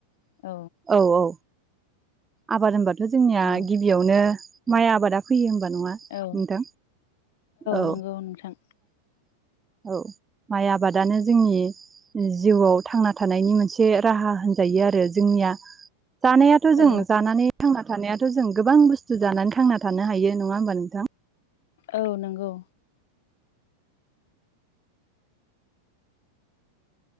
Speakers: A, on the left; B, on the right.
A: औ
B: औ औ आबाद होनबाथ' जोंनिया
A: औ
B: गिबियावनो माइ आबादा फैयो। नङा
A: औ
B: नोंथां औ।
A: नंगौ नोंथां
B: औ माइ आबादानो जोंनि जिउआव थांना थानायनि मोनसे राहा होनजायो आरो जोंनिया। जानायाथ'
A: औ
B: जों जानानै थांना थानायाथ' जों गोबां बुस्थु जानानै थांना थानो हायो नङा होमबा नोंथां?
A: औ नंगौ।